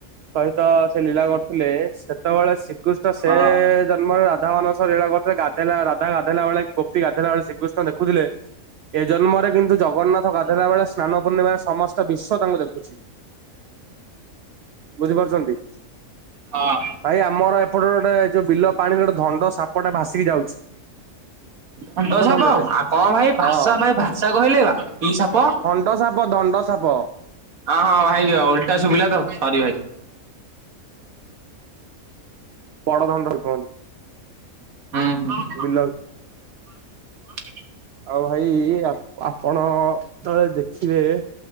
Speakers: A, on the right; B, on the right.
A: ସହିତ ସେ ଲୀଳା କରିୁଥିଲେ ସେତେବେଳେ ସେ ଶ୍ରୀକୃଷ୍ଣ ସେ
B: ହଁ।
A: ଜନ୍ମରେ ରାଧା ମାନଙ୍କ ସହ ଲୀଳା କରୁଥିଲେ। ଗାଧଲା ରାଧା ଗାଧେଇଲା ବେଳେ କି ଗୋପି ଗାଧେଇଲା ବେଳେ ଶ୍ରୀକୃଷ୍ଣ ଦେଖୁଥିଲେ ଏ ଜନ୍ମରେ କିନ୍ତୁ ଜଗନ୍ନାଥ ହେଲାବେଳେ ସ୍ନାନ ପୂର୍ଣ୍ଣିମାରେ ସମସ୍ତ ବିଶ୍ୱ ତାଙ୍କୁ ଦେଖୁଛି। ବୁଝିପାରୁଛନ୍ତି।
B: ହଁ।
A: ଭାଇ ଆମର ଏପଟରେ ଗୋଟେ ଯୋଉ ବିଲ ପାଣିରେ ଗୋଟେ ଧଣ୍ଡ ସାପଟା ଭାସିକି ଯାଉ
B: ଧଣ୍ଡ ସାପ
A: ଧଣ୍ଡଟେ
B: ଆ ଙ୍କ ଭାଇ ଭାସା
A: ହଁ
B: ଭାଇ ଭାସା କହିଲେ କି ସାପ
A: ଦଣ୍ଡ ସାପ ଦଣ୍ଡ ସାପ।
B: ହଁ ହଁ ଭାଇ ଓଲଟା ଶୁଭିଲା ତ ସରି ଭାଇ।
A: ବଡ ଧଣ୍ଡ ସାପ।
B: ଉଁ।
A: ମି
B: ଆଜ <inaudible>
A: ଆଉ ଭାଇ ଆ ଆପଣ ଥରେ ଦେଖିବେ